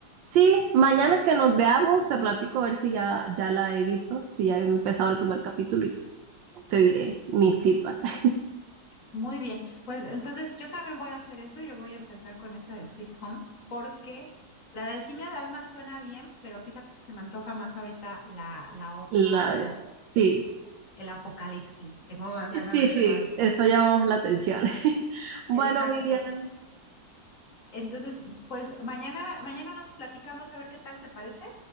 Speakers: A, on the right; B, on the left.
A: Sí, mañana que nos veamos, te platico a ver si ya, ya la he visto, si ya he empezado el primer capítulo y te diré mi feedback. <laughs>
B: Muy bien, pues entonces yo también voy a hacer eso, yo voy a empezar con esta de Sweet Home, porque la de Alquimia de Alma suena bien, pero fíjate que se me antoja más ahorita la, la otra,
A: La
B: que es como
A: de- Sí,
B: el apocalipsis, tengo más ganas
A: sí,
B: de
A: sí,
B: eso ahorita.
A: eso llamó la atención. <laughs> Bueno,
B: Exacto.
A: Miriam,
B: Entonces, pues mañana, mañana nos platicamos a ver qué tal te parece.